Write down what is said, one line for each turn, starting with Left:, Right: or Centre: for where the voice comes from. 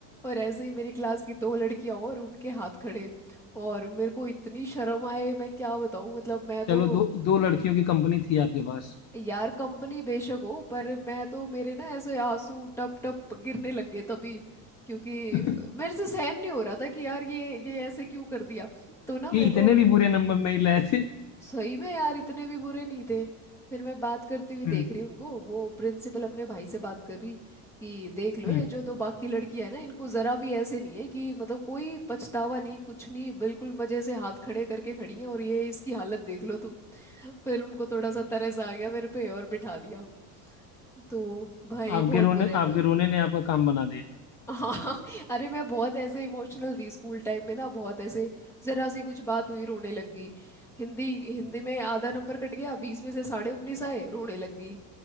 Centre: और ऐसे ही मेरी क्लास की दो लड़कियां और उनके हाथ खड़े और मेरे को इतनी शर्म आए मैं क्या बताऊँ मतलब मैं तो
Left: चलो दो दो लड़कियों की कंपनी थी आपके पास
Centre: यार कंपनी बेशक हो पर मैं तो मेरे ना ऐसे आंसू टप टप गिरने लग गए तभी क्योंकि
Left: <laughs>
Centre: मेरे से सहन नहीं हो रहा था कि यार ये ये ऐसे क्यों कर दिया तो ना
Left: कि
Centre: मेरे
Left: इतने
Centre: को
Left: भी बुरे नंबर नहीं लाए थे
Centre: सही में यार इतने भी बुरे नहीं थे फिर मैं बात करती हुई
Left: हम्म
Centre: देख रही उनको वो प्रिंसिपल अपने भाई से बात कर रही कि देख लो
Left: हम्म
Centre: ये जो दो बाकी लड़की है ना इनको जरा भी ऐसे नहीं है कि मतलब कोई पछतावा नहीं कुछ नहीं बिल्कुल मजे से हाथ खड़े करके खड़ी है और ये इसकी हालत देख लो तुम फिर उनको थोड़ा सा तरस आ गया मेरे पे और बिठा दिया तो भाई
Left: आपके
Centre: बहुत
Left: रोने
Centre: बुरे हाल
Left: आपके रोने
Centre: थे
Left: ने आपका काम बना दिया
Centre: हाँ <laughs> अरे मैं बहुत ऐसे इमोशनल थी स्कूल टाइम में ना बहुत ऐसे जरा सी कुछ बात हुई रोने लग गई हिंदी हिंदी में आधा नंबर कट गया बीस में से साढ़े उन्नीस आए रोने लग गई